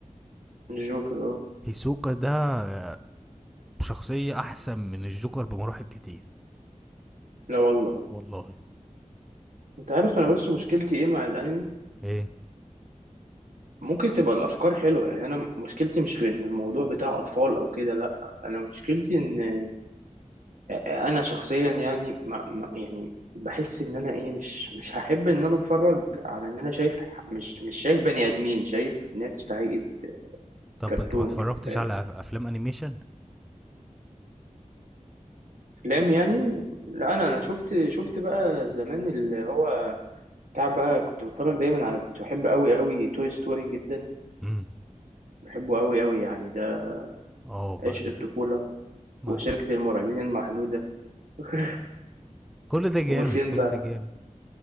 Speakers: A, on the right; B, in the centre.
A: الجوكر اه
B: هيسوكا ده آه، شخصية احسن من الجوكر بمراحل كتير
A: لا والله
B: والله
A: انت عارف انا بس مشكلتي ايه مع الانمي
B: ايه
A: ممكن تبقى الافكار حلوة يعني انا مشكلتي مش في ان الموضوع بتاع اطفال او كده لا انا مشكلتي ان انا شخصيا يعني ما ما يعني بحس ان انا ايه مش مش هحب ان انا اتفرج على ان انا شايف ح- مش مش شايف بني ادمين شايف ناس في هيئة
B: طب
A: كرتون
B: انت ما اتفرجتش
A: يعني فاهم
B: على أف- افلام انيميشن
A: افلام يعني لا انا انا شفت شفت بقى زمان اللي هو بتاع بقى كنت بتفرج دايما على كنت بحب قوي قوي توي ستوري جدا
B: امم
A: بحبه قوي قوي يعني ده
B: اه
A: عشق
B: ما
A: الطفولة
B: ما
A: وشركة
B: بس
A: المرعبين المحدودة <laughs>
B: كل ده جامد
A: وسيمبا
B: كل ده جامد